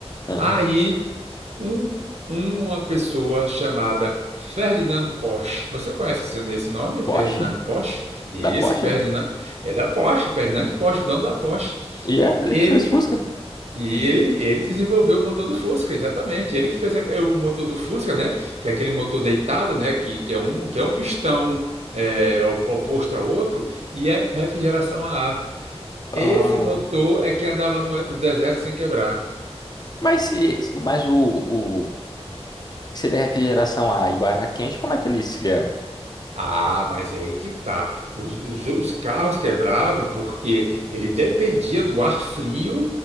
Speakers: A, on the left (about 40°); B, on the right (about 80°).
A: Ah,
B: Aí um- uma pessoa chamada Ferdinand Porsche. Você conhece esse, esse nome,
A: Porsche?
B: Ferdinand Porsche? Isso,
A: Da Porsche?
B: Ferdinand. É da Porsche, Ferdinand Porsche, dono da Porsche.
A: E é, ele
B: Ele
A: que fez Fusca.
B: e ele, ele desenvolveu o motor do Fusca, exatamente. Ele que fez a- é, o motor do Fusca, né? Que é aquele motor deitado, né? Que, que é um, que é um pistão é, op- oposto ao outro e é refrigeração a ar.
A: Ah,
B: Esse motor é que andava no, no deserto sem quebrar.
A: mas se, mas o, o, se ele é refrigeração a ar e o ar era quente, como é que ele esfriava?
B: Ah, mas é aí que tá. Os, os- os carros quebravam porque ele dependia do ar frio